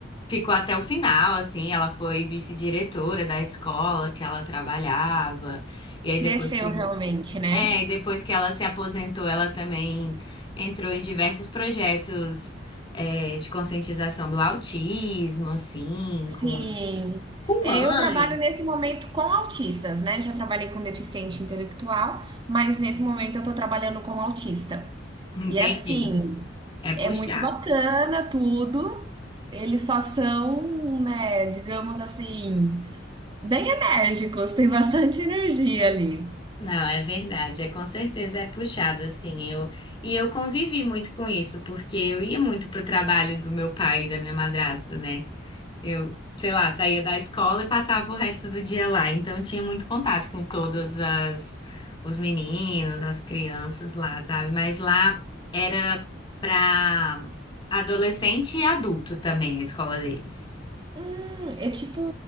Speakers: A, on the left; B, on the right.
A: ficou até o final assim, ela foi vice-diretora da escola que ela trabalhava. E aí depois
B: Cresceu
A: que,
B: realmente, né?
A: é, e depois que ela se aposentou, ela também entrou em diversos projetos é, de conscientização do autismo assim,
B: Sim.
A: com com
B: É,
A: mãe.
B: eu trabalho nesse momento com autistas, né? Já trabalhei com deficiente intelectual, mas nesse momento eu tô trabalhando com autista.
A: Entendi.
B: E assim,
A: É puxado.
B: É muito bacana tudo. Eles só são, né, digamos assim, bem enérgicos, tem <laughs> bastante energia ali.
A: Não, é verdade, é com certeza é puxado assim. Eu e eu convivi muito com isso, porque eu ia muito pro trabalho do meu pai e da minha madrasta, né? Eu, sei lá, saía da escola e passava o resto do dia lá, então eu tinha muito contato com todas as os meninos, as crianças lá, sabe? Mas lá era pra adolescente e adulto também a escola deles.
B: Hum, é tipo